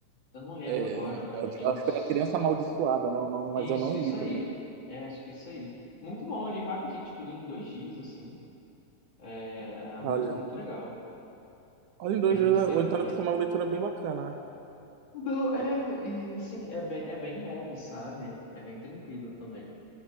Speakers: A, on the left; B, on the right.
A: eu não lembro
B: é,
A: agora, é o menino.
B: acho
A: que
B: que
A: s-
B: foi A Criança Amaldiçoada, né? O nome, mas
A: Isso,
B: eu não li
A: isso
B: também.
A: aí. É, acho que é isso aí. Muito bom, eu li rapidinho, tipo, li em dois dias, assim. É,
B: Olha,
A: muito, muito legal.
B: olha, em dois
A: Faz
B: dias,
A: muito tempo
B: ou então
A: também.
B: deve ser uma leitura é bem bacana, né?
A: Do, é, e assim, é bem, é bem leve, sabe? É bem tranquilo também.